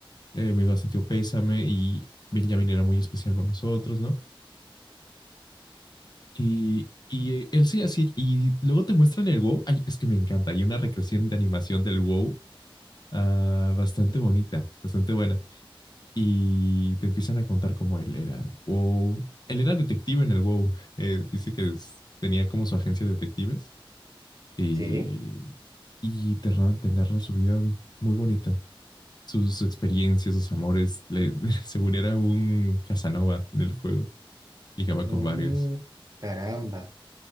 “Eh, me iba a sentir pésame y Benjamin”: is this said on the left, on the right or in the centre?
Left